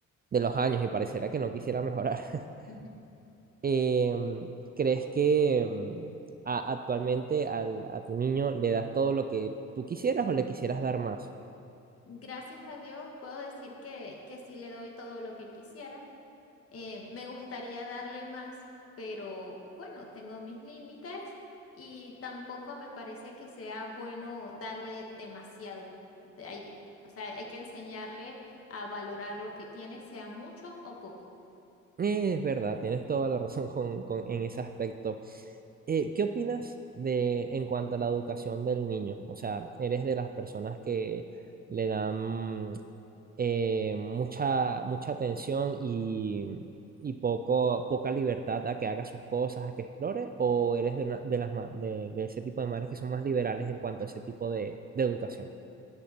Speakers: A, on the right; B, on the left.
A: de los años y pareciera que no quisiera mejorar. <laughs>
B: <laughs>
A: Em, ¿crees que em, a- actualmente al- a tu niño le das todo lo que tú quisieras o le quisieras dar más?
B: Gracias a Dios puedo decir que, que sí le doy todo lo que quisiera. Eh, me gustaría darle más, pero bueno, tengo mis límites y tampoco me parece que sea bueno darle demasiado. De- Hay, que- o sea, hay que enseñarle a valorar lo que tiene, sea mucho o poco.
A: Eh, Es verdad, tienes toda la razón con, con- en ese aspecto. Eh, ¿qué opinas de en cuanto a la educación del niño? O sea, ¿eres de las personas que le dan eh, mucha, mucha tensión y, y poco, poca libertad a que haga sus cosas, a que explore, o eres de, una- de, las, ma- de, de ese tipo de madres que son más liberales en cuanto a ese tipo de, de educación?